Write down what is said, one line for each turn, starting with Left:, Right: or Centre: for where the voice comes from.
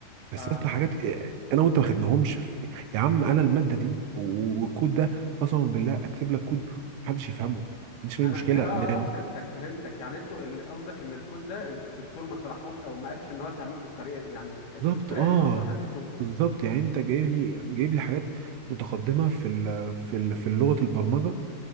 Right: بس
Left: اه
Right: يا اسطى حاجات إيه، انا وانت ما خدناهمش في... يا عم انا الماده دي و- والكود ده قسما بالله اكتب لك كود محدش يفهمه ما عنديش اي
Left: انا
Right: مشكله
Left: فه... آه
Right: لان
Left: آه، فهمتك فهمتك يعني انتوا ال- قصدك ان الكود ده انتوا الدكتور ما شرحوش او ما قالش ان هو تعمله بالطريقه يعني الش-
Right: بالظبط
Left: الطريقه
Right: اه
Left: دي ما اتشرحتلكوش
Right: بالظبط يعني انت جايب لي جايب لي حاجات متقدمه في ال... في ال... في لغه البرمجه